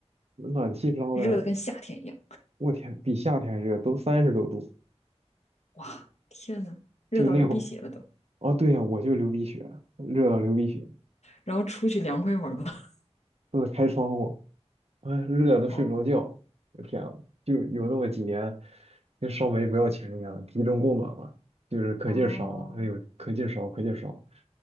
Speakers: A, on the right (about 65°); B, on the left (about 75°).
A: 暖气烧的
B: 热的跟夏天一样，
A: 我天，比夏天还热，都三十多度。
B: 哇，天呐，热到流鼻血了都，
A: 就那会儿，哦，对呀、我就流鼻血，热到流鼻血，
B: 然后出去凉快会儿吧。<laughs>
A: 都得开窗户，哎，热的都睡不着觉。
B: 哦
A: 我天呐，就有那么几年，跟烧煤不要钱一样，集中供暖嘛，就是可劲儿烧啊，
B: 哦，
A: 哎呦，可劲儿烧，可劲儿烧，